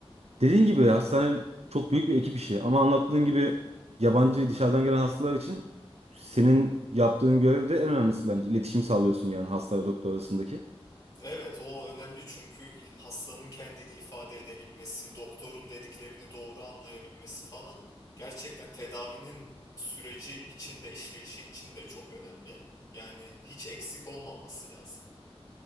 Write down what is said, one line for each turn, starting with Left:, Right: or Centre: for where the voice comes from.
Right: Dediğin gibi hastane çok büyük bir ekip işi. Ama anlattığın gibi yabancı dışarıdan gelen hastalar için senin yaptığın görev de en önemlisi bence. İletişim sağlıyorsun yani hasta ve doktor arasındaki.
Left: Evet, o önemli çünkü il- hastanın kendini ifade edebilmesi, doktorun dediklerini doğru anlayabilmesi falan gerçekten tedavinin süreci için de işleyişi için de çok önemli. Yani hiç eksik olmaması lazım.